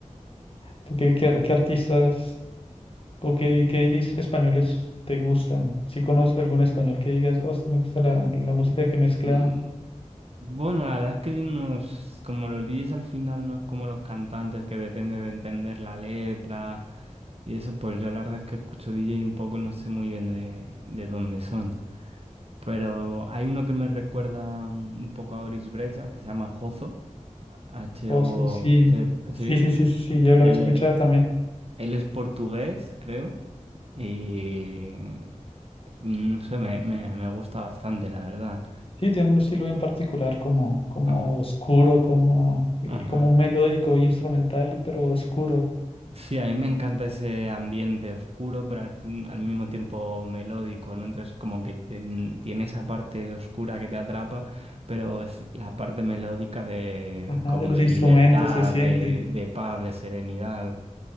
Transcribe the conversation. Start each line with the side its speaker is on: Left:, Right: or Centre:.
Left: ¿Tú qué, qué, ar- qué artistas ¿O qué, qué DJs españoles te gustan? Si conoces algún español que digas, oh, me gusta la, la música que mezcla
Right: Mm, Bueno, la verdad es que nos, como los DJs al final no es como los cantantes que depende de entender la letra y eso, pues yo la verdad es que escucho DJ un poco, no sé muy bien de, de dónde son. Pero hay uno que me recuerda mm, un poco a Boris Brejcha, que se llama Jozo, H-O-Z,
Left: osos, sí. Sí,
Right: sí.
Left: sí, sí, sí, sí, yo lo
Right: Él,
Left: he escuchado
Right: e-
Left: también.
Right: él es portugués, creo, y mm, no sé, me, me- me gusta bastante, la verdad.
Left: Sí, tiene un estilo bien particular, como, como
Right: Mm,
Left: oscuro, como, eh,
Right: Ajá.
Left: como un melódico instrumental, pero oscuro.
Right: Sí, a mí me encanta ese ambiente oscuro, pero al fin- al mismo tiempo melódico, ¿no? Entonces, como que ten- tiene esa parte oscura que te atrapa, pero es la parte melódica de
Left: Ajá,
Right: como
Left: de los
Right: de
Left: instrumentos
Right: libertad,
Left: se siente.
Right: de, de paz, de serenidad.